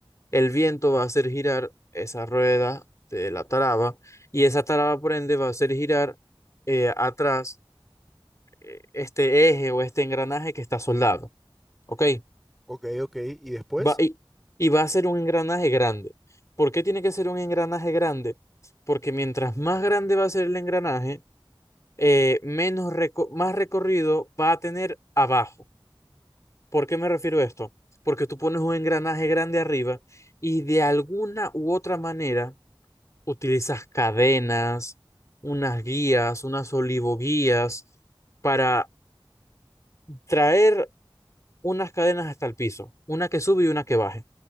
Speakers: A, on the left (about 35°); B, in the centre.
A: el viento va a hacer girar esa rueda de la taraba y esa taraba por ende va a hacer girar eh, atrás eh, este eje o este engranaje que está soldado, ¿ok?
B: Ok, ok. ¿Y después?
A: Va, y, y va a ser un engranaje grande. ¿Por qué tiene que ser un engranaje grande? Porque mientras más grande va a ser el engranaje, eh, menos reco- más recorrido va a tener abajo. ¿Por qué me refiero a esto? Porque tú pones un engranaje grande arriba y de alguna u otra manera utilizas cadenas, unas guías, unas olivoguías para traer unas cadenas hasta el piso, una que sube y una que baje.